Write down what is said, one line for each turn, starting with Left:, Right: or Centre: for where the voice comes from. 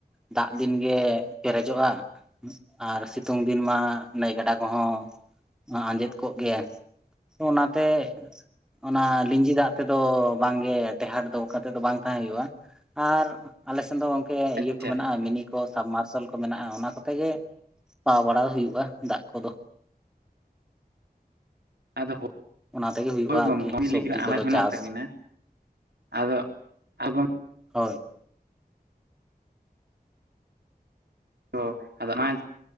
Centre: ᱫᱟᱜ ᱫᱤᱱ ᱜᱮ ᱯᱮᱨᱮᱡᱚᱜ-ᱟ ᱟᱨ ᱥᱤᱛᱩᱝ ᱫᱤᱱ ᱢᱟ ᱱᱟᱹᱭ ᱜᱟᱰᱟ ᱠᱚᱦᱚᱸ ᱟᱸᱡᱮᱫ ᱠᱚᱜ ᱜᱮᱭᱟ ᱛᱚ ᱚᱱᱟ ᱛᱮ ᱚᱱᱟ ᱞᱤᱸᱡᱤ ᱫᱟᱜ ᱛᱮᱫᱚ ᱵᱟᱝ ᱜᱮ ᱛᱮᱸᱦᱮᱫ ᱫᱚᱦᱚ ᱠᱟᱛᱮᱫ ᱫᱚ ᱵᱟᱝ ᱛᱟᱦᱮᱸ ᱦᱩᱭᱩᱜ-ᱟ ᱟᱨ ᱟᱞᱮ ᱥᱮᱱ ᱫᱚ ᱠᱮ
Right: ᱟᱪᱪᱷᱟ
Centre: ᱤᱭᱟᱹ ᱠᱚ ᱢᱮᱱᱟᱜ-ᱟ ᱢᱤᱱᱤ ᱠᱚ ᱥᱟᱢ ᱢᱟᱨᱥᱟᱞ ᱠᱚ ᱢᱮᱱᱟᱜ-ᱟ ᱚᱱᱟ ᱠᱚ ᱛᱮ ᱜᱮ ᱯᱟᱣ ᱵᱟᱲᱟ ᱦᱩᱭᱩᱜ-ᱟ ᱫᱟᱜ ᱠᱚᱫᱚ
Right: ᱟᱫᱚ
Centre: ᱚᱱᱟ ᱛᱮᱜᱮ ᱦᱩᱭᱩᱜᱼᱟ
Right: <inaudible> ᱜᱚᱝᱠᱮ
Centre: ᱟᱨᱠᱤ
Right: ᱵᱤᱱ
Centre: ᱥᱚᱵᱽᱡᱤ
Right: ᱞᱟᱹᱭ ᱠᱮᱫᱟ ᱟᱱᱟᱡ
Centre: ᱠᱚᱫᱚ
Right: ᱢᱮᱱᱟᱜ
Centre: ᱪᱟᱥ
Right: ᱛᱟᱵᱤᱱᱟ ᱟᱫᱚ <inaudible>
Centre: ᱦᱳᱭ
Right: ᱛᱚ ᱟᱫᱚ ᱟᱪᱱᱟᱡ